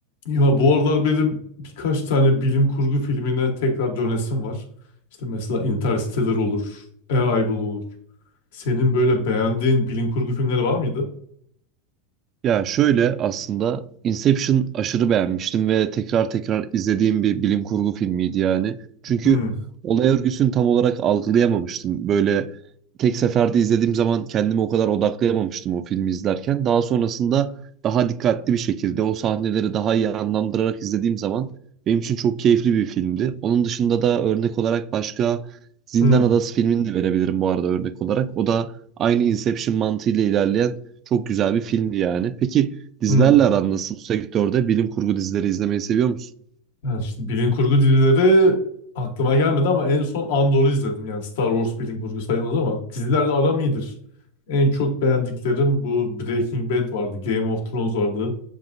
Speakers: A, on the left; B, on the right.
A: Ya bu aralar benim birkaç tane bilim kurgu filmine tekrar dönesim var. İşte mesela Interstellar olur, Arrival olur. Senin böyle beğendiğin bilim kurgu filmleri var mıydı?
B: Ya şöyle aslında Inception aşırı beğenmiştim ve tekrar tekrar izlediğim bir bilim kurgu filmiydi yani. Çünkü
A: Hmm,
B: olay örgüsünü tam olarak algılayamamıştım. Böyle tek seferde izlediğim zaman kendimi o kadar odaklayamamıştım o filmi izlerken. Daha sonrasında daha dikkatli bir şekilde o sahneleri daha iyi anlamlandırarak izlediğim zaman benim için çok keyifli bir filmdi. Onun dışında da örnek olarak başka Zindan
A: hmm,
B: Adası filmini de verebilirim bu arada örnek olarak. O da aynı Inception mantığıyla ilerleyen çok güzel bir filmdi yani. Peki dizilerle
A: hmm.
B: aran nasıl bu sektörde? Bilim kurgu dizileri izlemeyi seviyor musun?
A: Yani şimdi bilim kurgu dizileri aklıma gelmedi ama en son Andor'u izledim. Yani Star Wars bilim kurgu sayılmaz ama dizilerle aram iyidir. En çok beğendiklerim bu Breaking Bad vardı, Game of Thrones vardı,